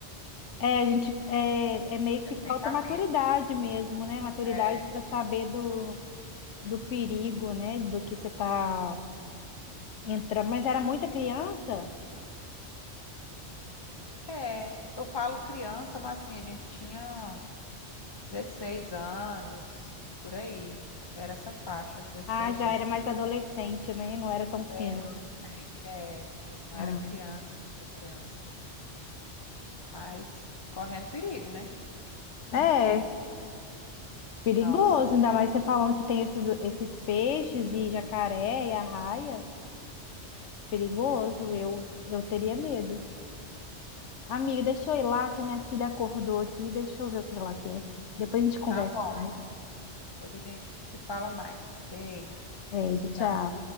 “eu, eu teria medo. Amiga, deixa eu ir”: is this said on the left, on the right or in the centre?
Left